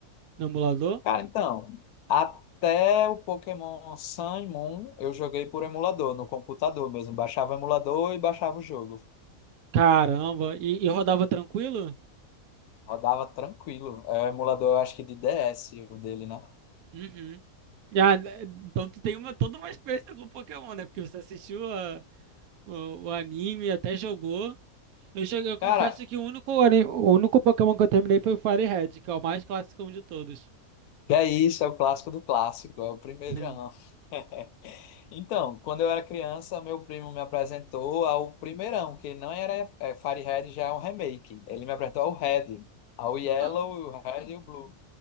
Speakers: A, on the right; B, on the left.
A: No emulador?
B: Cara, então, até o Pokémon Sun e Moon eu joguei por emulador, no computador mesmo. Baixava o emulador e baixava o jogo.
A: Caramba, e, e rodava tranquilo?
B: Rodava tranquilo. É o emulador, eu acho que de DS, o dele, né?
A: Uhum. Ah, né, então tu tem uma, toda uma experiência com Pokémon, né? Porque você assistiu a- o, o anime, até jogou. Eu, cheguei, eu confesso
B: Cara,
A: que o único, ani- o único Pokémon que eu terminei foi o Fire Red, que é o mais clássico de todos.
B: que é isso, é o clássico do clássico, é o primeirão.
A: Sim.
B: <laughs> Então, quando eu era criança, meu primo me apresentou ao primeirão, que não era é, Fire Red, já é um remake. Ele me apresentou ao Red, ao Yellow,
A: Ah,
B: o Red e o Blue.